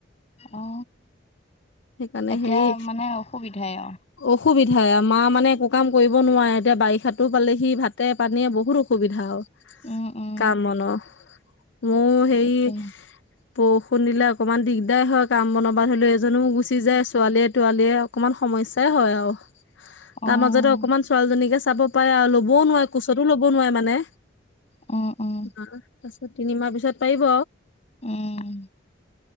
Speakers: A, on the left (about 35°); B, on the left (about 60°).
A: অ
B: সেইকাৰণে
A: এতিয়া
B: হেৰি
A: মানে অসুবিধাই আৰু
B: অসুবিধাই মা মানে একো কাম কৰিব নোৱাৰে এতিয়া বাৰিষাটো পালেহি ভাতে পানীয়ে বহুত অসুবিধা আৰু
A: উম, উম,
B: কাম-বনৰ মোৰ হেৰি
A: তাকেহে।
B: বৰষুণ দিলে অকমান দিগদাৰ হয় কাম বনাবা ধৰি লও এজনোও গুচি যায় ছোৱালীয়ে তোৱালীয়ে অকমান সমস্যাই হয় আৰু
A: অ',
B: তাৰ
A: উম,
B: মাজতে অকমান ছোৱালীজনীকে চাব পাৰে আৰু ল'বও নোৱাৰে কোচতো ল'ব নোৱাৰে মানে
A: উম,
B: আহ তাৰছিত তিনিমাহ পিছত পাৰিব।
A: উম